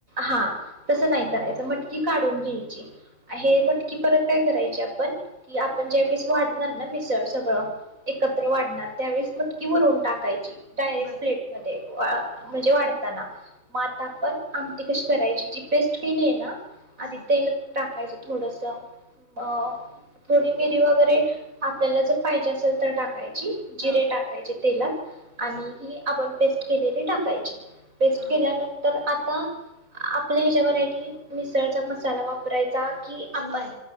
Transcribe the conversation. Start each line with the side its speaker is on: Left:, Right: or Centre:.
Right: हा. तस नाही करायच मटकी काढून घ्यायची, हे मटकी परत काय करायची आपण कि आपण ज्या वेळेस वाढणार ना मिसळ सगळं. एकत्र वाड त्यावेळेस मटकी भरून टाकायची. डायरेक्ट
Left: बर
Right: प्लेटमध्ये. म्हणजे वाढताना म आता आपण आमटी कशी करायची जी पेस्ट केली आहेना. आदि
Left: हम्म
Right: तेल. टाकायच थोडस आ थोडी मिरी वगैरे आपल्याला जर पाहिजे अस नंतर टाकाय जी, जिरे
Left: हा
Right: टाकायचे तेलात आणि
Left: बर
Right: ही आपण पेस्ट केलेली टाकायची. पेस्ट
Left: हा
Right: केल्यानंतर आता आता आपल्या ह्याच्यावर आहे, कि मिसळचा मसाला वापरायचा. की आपण
Left: कि नाय,